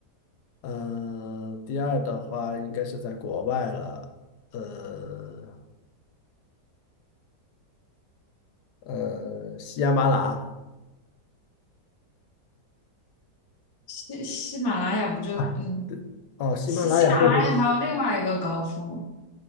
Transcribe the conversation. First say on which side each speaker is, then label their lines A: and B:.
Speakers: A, on the left; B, on the left.
A: 嗯、呃第二的话应该是在国外了，呃呃，喜马拉雅
B: 喜喜马拉雅不就嗯，
A: 啊，哦，喜马拉雅就是，
B: 喜喜马拉雅还有另外一个高峰，